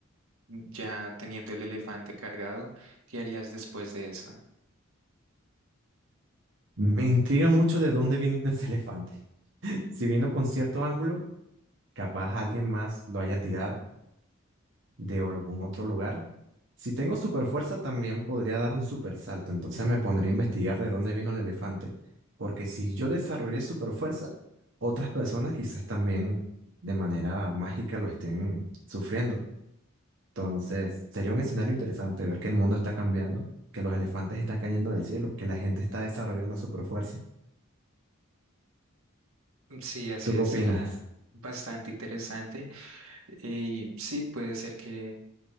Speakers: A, on the right; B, on the right.
A: ya teniendo el elefante cargado, qué harías después de eso?
B: Me intriga mucho de dónde vino ese elefante. <laughs> Si vino con cierto ángulo, capaz alguien más lo haya tirado de algún otro lugar. Si tengo super fuerza, también podría dar un super salto. Entonces me pondría a investigar de dónde vino el elefante. Porque si yo desarrollé super fuerza, otras personas quizás también de manera mágica lo estén sufriendo. Entonces sería un escenario interesante ver que el mundo está cambiando, que los elefantes están cayendo del cielo, que la gente está desarrollando super fuerza.
A: Mm, Sí, así
B: ¿Tú
A: es,
B: qué opinas?
A: sería bastante interesante. Y sí, puede ser que